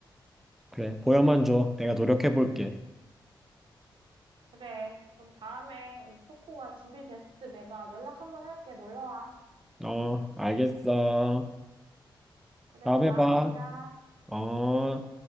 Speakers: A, in the centre; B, on the right.
A: 그래, 보여만 줘. 내가 노력해 볼게.
B: 그래. 그럼 다음에 우리 초코가 준비됐을 때 내가 연락 한번 할게. 놀러와.
A: 어, 알겠어.
B: 그래,
A: 다음에
B: 다음에
A: 봐.
B: 보자.
A: 어.